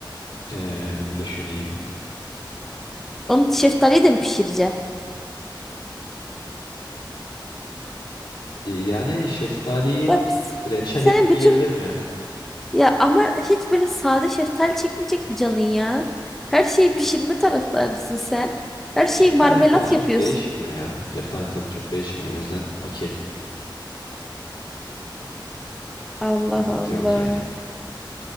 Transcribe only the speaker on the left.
Eee düşüneyim.
Yani şeftaliyi
reçel
yapıp
yiyebilirim ya.
Şeftalinin
tadı çok
değişmiyor ya. Şeftalinin tadı çok değişmiyor o yüzden okey.
Sıkıntı
yok yani.